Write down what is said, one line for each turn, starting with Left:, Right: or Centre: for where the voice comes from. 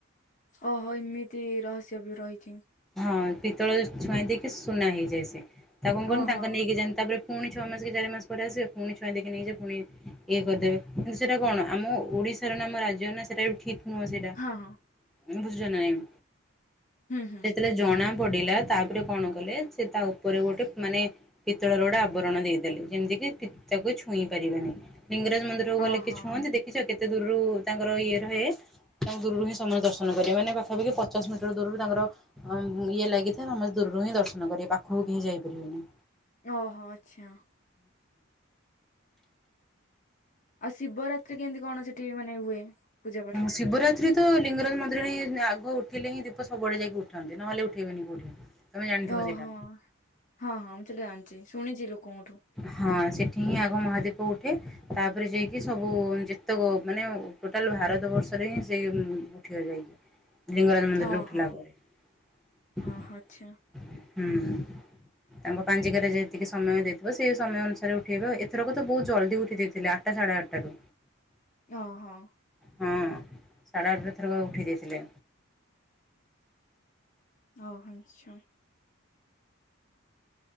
Left: ଓହୋ ଏମିତି ରହସ୍ୟ ବି ରହିଛି।
Centre: ହଁ ପିତଳ ଛୁଆଇଁ ଦେଇକି ସୁନା ହେଇଯାଏ ସେ ତାକୁ କଣ କରହନି
Left: ଓହୋ
Centre: ତାଙ୍କ ନେଇକି ଯା ତାପରେ। ପୁଣି ଛଅ ମାସେ କି ଚାରି ମାସ ପରେ ଆସିବ ପୁଣି ଛୁଆଁ ଦେଇକି ନେଇଯିବେ ପୁଣି ଇଏ କରିଦେବେ କିନ୍ତୁ ସେଇଟା କଣ ଆମ ଓଡ଼ିଶା ର ନାମ ରାଜ୍ୟ ନା ସେଟା ବି ଠିକ ନୁହଁ ସେଇଟା
Left: ହଁ ହଁ
Centre: ବୁଝୁଛ ନା ନାହିଁ।
Left: ହୁଁ। ହୁଁ
Centre: ଯେତେବେଳେ ଜଣା ପଡିଲା ତାପରେ କଣ କଲେ ସେ ତା ଉପରେ ଗୋଟେ ମାନେ ପିତଳର ଗୋଟେ ଆବରଣ ଦେଇଦେଲେ ଯେମିତି କିି ତାକୁ କେହି ଛୁଇଁ ପାରିବେନି। ଲିଙ୍ଗରାଜ ମନ୍ଦିରକୁ
Left: ଓହୋ
Centre: ଗଲେ କେହି ଛୁଅନ୍ତି ଦେଖିଛ କେତେ ଦୂରରୁ ତାଙ୍କର ଇଏ ରହେ। ତାଙ୍କୁ ଦୂରରୁ ହିଁ ସମସ୍ତେ ଦର୍ଶନ କରିବେ। ମାନେ ପାଖପାଖି ପଚାଶ ମିଟର ଦୂରରୁ ତାଙ୍କର ଇଏ ଲାଗିଥାଏ ସମସ୍ତେ ଦୂରରୁ ହିଁ ଦର୍ଶନ କରିବେ ପାଖକୁ କେହି ଯାଇପାରିବେନି।
Left: ଓହୋ ଆଚ୍ଛା। ଆଉ ଶିବରାତ୍ରି କେମିତି କଣ ସେଠି ମାନେ ହୁଏ? ପୂଜା ପାଠ
Centre: ଶିବରାତ୍ରି ତ ଲିଙ୍ଗରାଜ ମନ୍ଦିର ହିଁ ଆଗ ଉ ଥିଲେ ହିଁ ଦୀପ ସବୁବେଳେ ଯାଇକ ଉଠନ୍ତି ନହେଲେ ଉଠେଇବେନି କୋଉଠି। ତମେ ଜାଣିଥିବ
Left: ଓହୋ
Centre: ସେଇଟା।
Left: ହଁ ହଁ ମୁଁ ସେଟା ଜାଣିଛି ଶୁଣିଛି ଲୋକଙ୍କଠୁ।
Centre: ହଁ ସେଠି ହିଁ ଆଗ ମହାଦୀପ ଉଠେ ତାପରେ ଯାଇକି ସବୁ ଯେତେକ ମାନେ ଟୋଟାଲ ଭାରତ ଭାରତ ବର୍ଷରେ ହିଁ ସେ ଉଠିବା ଯାଇକି। ଲିଙ୍ଗରାଜ ମନ୍ଦିରରେ
Left: ଓହୋ
Centre: ଉଠିଲା ପରେ
Left: ଓହୋ ଆଚ୍ଛା
Centre: ହୁଁ। ତାଙ୍କ ପାଞ୍ଜିକାରେ ଯେତିକି ସମୟ ଦେଇଥିବ ସେଇ ସମୟ ଅନୁସାରେ ଉଠେଇବ। ଏଥରକ ତ ବହୁତ ଜଲ୍ଦି ଉଠି ଦେଇଥିଲା। ଆଠଟା ସାଢେ ଆଠଟା ରୁ।
Left: ହଁ ହଁ
Centre: ହଁ ସାଢ଼େ ଆଠଟା ଏଥରକ ଉଠେଇ ଦେଇଥିଲେ।
Left: ଓ ଆଚ୍ଛା।